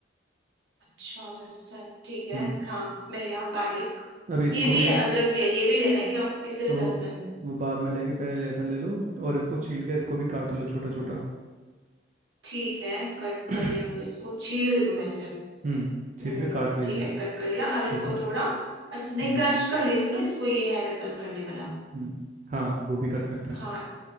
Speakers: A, on the right; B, on the right.
A: अच्छा लहसुन ठीक है
B: हम्म
A: हाँ मिल गया गार्लिक
B: अभी इसको
A: ये भी
B: भी
A: है अदरक भी है ये भी लेना है क्या ये सिर्फ
B: अब वो
A: लहसुन
B: वो बाद में लेंगे पहले लहसुन ले लो और इसको छील के इसको भी काट लो छोटा छोटा
A: ठीक है कट
B: <clears throat>
A: कर लिया मैंने इसको छील रही हूँ मैं इसे
B: हम्म
A: हम्म,
B: छील के काट लीजिए
A: ठीक है कट कर लिया अब
B: ठीक
A: इसको
B: है
A: थोड़ा अच्छा नहीं
B: हम्म
A: क्रश कर लेती हूँ ना इसको ये है मेरे पास करने वाला
B: हम्म हाँ वो भी कर सकते
A: हाँ
B: हैं